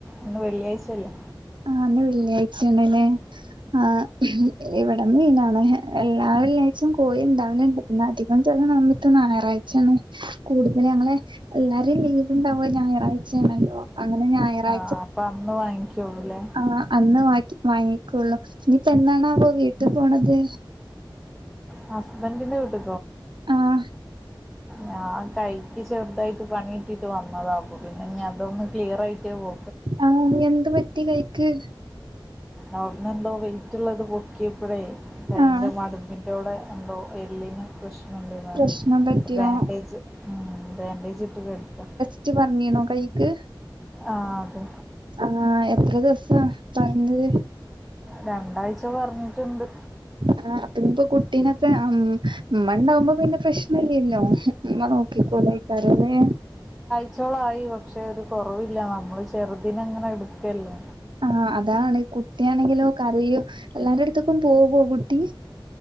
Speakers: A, in the centre; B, on the right.
A: ഇന്ന് വെള്ളിയാഴ്ച്ചല്ലേ
B: ആഹ് ഇന്ന് വെള്ളിയാഴ്ച്ചേണ് ലേ ആഹ് ഇവടെ മീനാണ് എല്ലാ വെള്ളിയാഴ്ച്ചിം കോഴി ഇണ്ടാവല്ണ്ട് പിന്നെ അധികം ചല സമിത്ത് ഞാറായ്ച്ചേണ് കൂടുതൽ ഞങ്ങളെ എല്ലാരും ലീവ് ഇണ്ടാവ ഞാറാഴ്ച്ചേ ണല്ലോ അങ്ങനെ ഞായറാ
A: ആഹ് അപ്പഅന്ന് വാങ്ങിക്കൊള്ളുലേ
B: ആഹ് അന്ന് വാകി വാങ്ങി കൊള്ളൂ ഇനിപ്പ എന്നാണാവോ വീട്ട് പോണത്
A: ഹസ്ബന്റിന്റെ വീട്ട്ക്കൊ
B: ആഹ്
A: ഞാൻ കൈക്ക് ചെർതായിട്ട് പണി കിട്ടിട്ട് വന്നതാ അപ്പൊ പിന്നെ ഇഞ് അതൊന്ന് ക്ലിയറായിറ്റേ പോ
B: ആഹ് എന്ത് പറ്റി കൈക്ക്
A: അവ്ട്ന്ന് എന്തോ വെയ്റ്റ്ള്ളത് പൊക്കിപ്പഴേ കയ്യിന്റെ
B: ആഹ്
A: മടബ്ന്റെ അവടെ എന്തോ എല്ലിന് പ്രശ്നണ്ട് ന്ന് പറഞ്ഞു
B: പ്രശ്നം പറ്റിയോ
A: ബാൻഡേജ് ഉം ബാൻഡേജ് ഇട്ട് കട്ക്ക
B: റ്റ് പറഞ്ഞീന്നോ കൈക്ക്
A: ആഹ് അതെ
B: ആഹ് എത്ര ദിവസ്സാ പറഞ്ഞത്
A: രണ്ടാഴ്ച്ച പറഞ്ട്ട്ണ്ട്
B: ആഹ് അപ്പ ഇഞ്പ്പൊ കുട്ടീ നൊക്കേ അമ് ഇമ്മണ്ടാവുമ്പോ പിന്നെ പ്രശ്നല്ലല്ലോ ഇമ്മ നോക്കികോളയ്ക്കാര ലേ
A: ച്ചോളായി പക്ഷെ ഒരു കൊറവില്ല നമ്മൾ ചെറുതിനെ ഇങ്ങനെ എടുക്കല്ലേ
B: ആഹ് അതാണ് കുട്ടിയാണെങ്കിലോ കരയോ എല്ലാര അടുത്തുക്കും പോവോ കുട്ടി